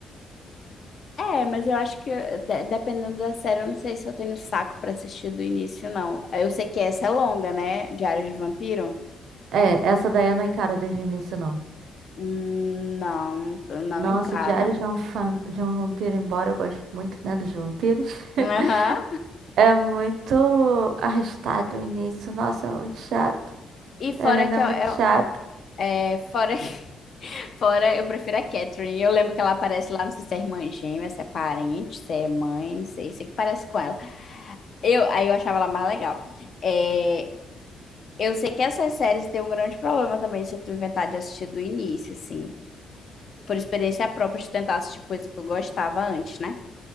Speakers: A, on the left; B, on the right.
A: É, mas eu acho que de- dependendo da série, eu não sei se eu tenho saco pra assistir do início, não. Eu sei que essa é longa, né? Diário de Vampiro?
B: É, essa daí eu não encaro desde o início, não.
A: Hum, Não, eu não
B: Nossa,
A: encaro.
B: Diário de um, Fa- de um Vampiro, embora eu goste muito, né, dos vampiros, <laughs>
A: <laughs> Aham.
B: é muito arrastado o início. Nossa, é muito chato.
A: E fora
B: Helena
A: que
B: é
A: eu,
B: muito
A: eu-
B: chata.
A: é, fora <laughs> Fora, eu prefiro a Catherine. Eu lembro que ela aparece lá, não sei se é irmã gêmea, se é parente, se é mãe, não sei, sei que parece com ela. Eu, aí eu achava ela mais legal. É, eu sei que essas séries têm um grande problema também se tu inventar de assistir do início, assim, por experiência própria de tentar assistir coisa que eu gostava antes, né?